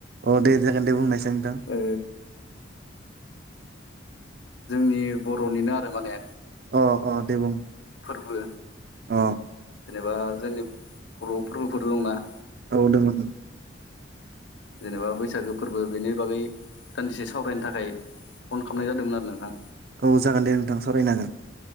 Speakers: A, on the right; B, on the left.
A: अ दे जागोन दे बुंनायसाय नोंथां।
B: ओ जोंनि बर'निनो आरो माने
A: अ अ दे बुं।
B: फोरबो।
A: अ।
B: जेनेबा जोंनि बर' फोरबोफोर दंना।
A: औ दोंमोन।
B: जेनेबा बैसागो फोरबो बेनि बागै दान्दिसे सावरायनो थाखाय फन खालामनाय जादोंमोन आरो नोंथां।
A: औ जागोन दे नोंथां सावरायनो हागोन